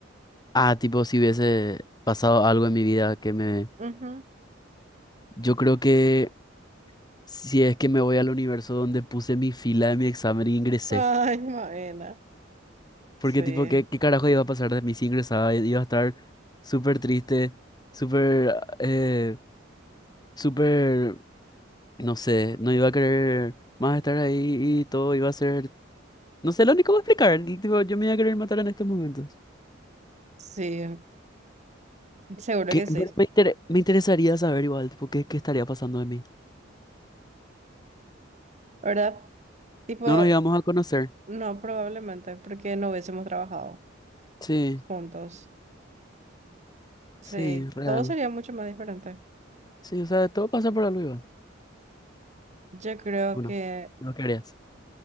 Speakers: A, on the left (about 20°); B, on the right (about 35°).
A: Ah, tipo, si hubiese pasado algo en mi vida que me...
B: Ujú.
A: Yo creo que si es que me voy al universo donde puse mi fila de mi examen y ingresé.
B: Ay, Maena.
A: Porque
B: Sí,
A: tipo, ¿qué, qué carajo iba a pasar de mí si ingresaba? Iba a estar súper triste, súper, ah, eh, súper, no sé, no iba a querer más estar ahí y todo iba a ser... No sé, lo único que voy a explicar, el tipo, yo me iba a querer matar en estos momentos.
B: sí, seguro
A: Que,
B: que sí.
A: pero me, inter- me interesaría saber igual, tipo, qué, qué estaría pasando de mí.
B: ¿Verdad? Tipo,
A: No nos íbamos a conocer.
B: no, probablemente, porque no hubiésemos trabajado
A: Sí,
B: juntos. Sí,
A: sí, real.
B: todo sería mucho más diferente.
A: Sí, o sea, todo pasa por algo, Iván.
B: Yo creo
A: Bueno,
B: que
A: no querías.